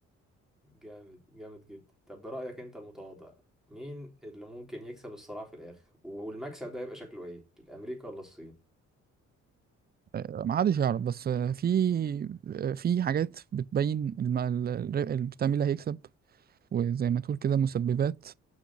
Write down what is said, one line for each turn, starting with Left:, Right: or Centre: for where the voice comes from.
Centre: جامد جامد جدا طب برأيك انت المتواضع مين اللي ممكن يكسب الصراع في الاخر والمكسب ده يبقى شكله ايه الامريكا ولا الصين
Right: آه، ما حدش يعرف بس آه، في آه، في حاجات بتبين الم- ال- ال- بتعمل اللي هيكسب وزي ما تقول كده مسببات